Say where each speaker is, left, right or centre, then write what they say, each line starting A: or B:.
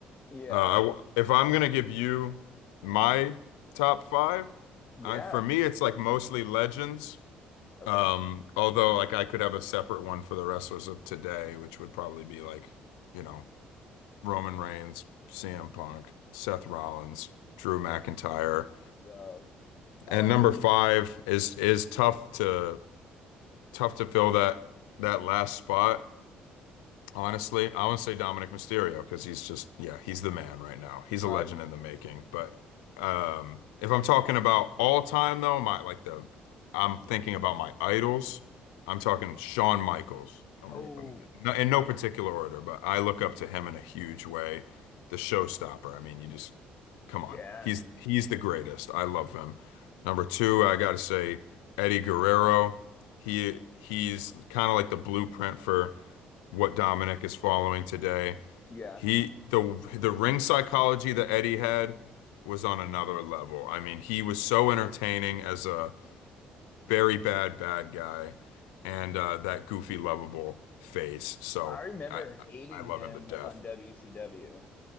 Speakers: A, on the left; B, on the left.
A: yeah,
B: Uh, I w if I'm gonna give you my top five,
A: yeah,
B: I, for me it's like mostly legends.
A: okay,
B: Um, although like I could have a separate one for the wrestlers of today, which would probably be like, you know, Roman Reigns, CM Punk, Seth Rollins, Drew McIntyre.
A: yep, yep. Oh,
B: And
A: I
B: number
A: hope he's
B: five
A: okay,
B: is is tough to tough to fill that that last spot. Honestly, I want to say Dominic Mysterio because he's just, yeah, he's the man right now. He's
A: right?
B: a legend in the making. But um, if I'm talking about all time though, my like the I'm thinking about my idols. I'm talking Shawn Michaels, number
A: Oh,
B: one, no, in no
A: Heartbreak
B: particular
A: Kid.
B: order, but I look up to him in a huge way. The showstopper. I mean, you just come
A: Yeah,
B: on. He's he's the greatest. I love him. Number two, I gotta say Eddie Guerrero. He he's kind of like the blueprint for what Dominic is following today.
A: yeah,
B: He the
A: yep.
B: the ring psychology that Eddie had was on another level. I mean, he was so entertaining as a very bad bad guy, and uh, that goofy lovable face. So
A: I remember
B: I
A: hating
B: I love
A: him
B: him to death.
A: on WCW,